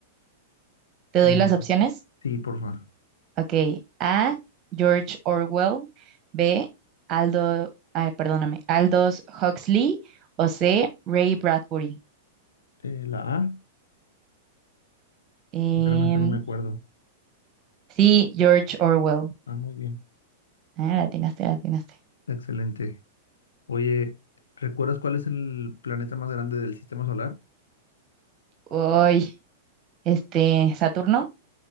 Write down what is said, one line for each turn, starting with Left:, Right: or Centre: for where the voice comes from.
Right: ¿Te doy
Left: Em,
Right: las opciones?
Left: sí, porfa.
Right: Ok, A, George Orwell, B, Aldo, ah, perdóname, Aldous Huxley o C, Ray Bradbury.
Left: Eh, la A,
Right: Em,
Left: sinceramente no me acuerdo.
Right: sí, George Orwell.
Left: Ah, muy bien.
Right: Ah, la atinaste, la atinaste.
Left: Excelente. Oye, ¿recuerdas cuál es el planeta más grande del sistema solar?
Right: Uy, este, ¿Saturno?